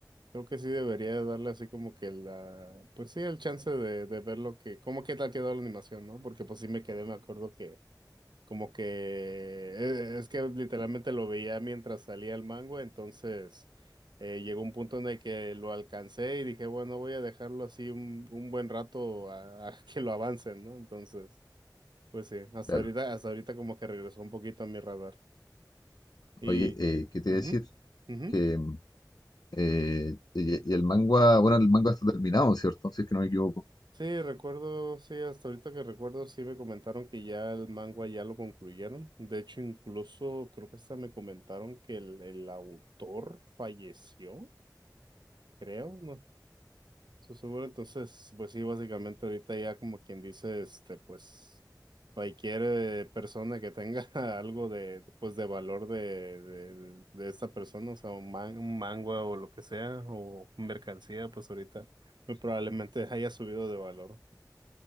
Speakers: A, on the right (about 80°); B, on the left (about 60°).
A: Creo que sí debería darle así como que la, pues sí, el chance de, de ver lo que, cómo que tal quedó la animación, ¿no? Porque pues sí me quedé, me acuerdo que Como que eh, es que literalmente lo veía mientras salía el mango, entonces eh, llegó un punto en el que lo alcancé y dije, bueno, voy a dejarlo así un, un buen rato a, a <laughs> que lo avancen, ¿no? Entonces, pues sí, hasta
B: Claro.
A: ahorita, hasta ahorita como que regresó un poquito a mi radar. Y
B: Oye, eh, ¿qué te iba
A: ujú,
B: a decir?
A: ujú.
B: Que eh, y, y el manga, bueno, el manga está terminado, ¿cierto? Si es que no me equivoco.
A: Sí, recuerdo, sí, hasta ahorita que recuerdo, sí me comentaron que ya el manga ya lo concluyeron. De hecho, incluso creo que hasta me comentaron que el, el autor falleció. creo, no no estoy seguro. Entonces, pues sí, básicamente ahorita ya como quien dice, este, pues cualquier eh, persona que tenga <laughs> algo de, pues de valor de, de, de esta persona, o sea, un, man- un mangua o lo que sea, o mercancía, pues ahorita muy probablemente <laughs> haya subido de valor.